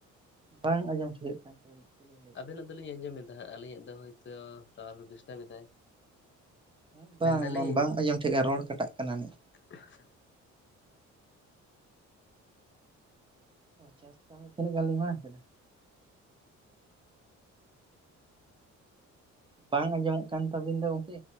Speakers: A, on the right (about 15°); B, on the left (about 40°).
A: ᱵᱟᱝ ᱟᱸᱡᱚᱢ ᱴᱷᱤᱠᱟᱹᱜ ᱠᱟᱱ ᱛᱟᱵᱮᱱᱟ ᱯᱩᱨᱩᱱᱚᱜ᱾
B: ᱟᱵᱮ ᱱᱟᱜ ᱫᱩᱞᱤᱧ ᱟᱸᱡᱚᱢᱮᱫᱟ ᱦᱟᱸᱜ ᱟᱹᱞᱤᱧᱟᱜ ᱫᱚ ᱦᱚᱭᱛᱚ ᱴᱟᱣᱚᱨ ᱰᱤᱥᱴᱟᱵ ᱮᱫᱟᱭ᱾
A: ᱦᱩᱸ ᱵᱟᱝ
B: ᱢᱮᱱᱫᱟᱞᱤᱧ
A: ᱵᱟᱢ ᱵᱟᱝ ᱟᱸᱡᱚᱢ ᱴᱷᱤᱠᱟ ᱨᱚᱲ ᱠᱟᱴᱟᱜ ᱠᱟᱱᱟ ᱢᱤᱫ᱾
B: <inaudible>
A: ᱳ ᱪᱟᱥ ᱛᱟᱦᱞᱮ ᱛᱤᱱᱟᱹᱜ ᱜᱟᱱ ᱵᱮᱱ ᱢᱟᱬᱟᱝ ᱠᱮᱫᱟ᱾ ᱵᱟᱝ ᱟᱸᱡᱚᱢᱚᱜ ᱠᱟᱱ ᱛᱟᱵᱤᱱ ᱫᱚ ᱜᱚᱝᱠᱮ᱾